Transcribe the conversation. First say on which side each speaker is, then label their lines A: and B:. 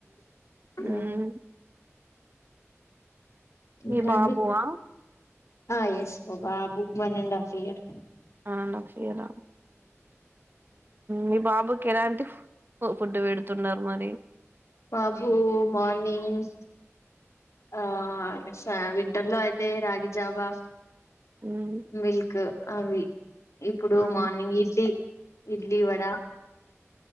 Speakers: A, on the left; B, on the right.
A: ఆ
B: ఉమ్
A: ఇంకా
B: ఈ బాబువా
A: అండి ఆ ఎస్ మా బాబు one and half year
B: one and half year మీ బాబుకి ఎలాంటి ఫుడ్డు పెడుతున్నారు మరి
A: బాబు మార్నింగ్ ఆ శా వింటర్లో అయితే రాగి జావా
B: ఉమ్
A: మిల్క్ అవి ఇప్పుడు
B: ఉమ్
A: మార్నింగ్ ఇడ్లీ ఇడ్లీ వడ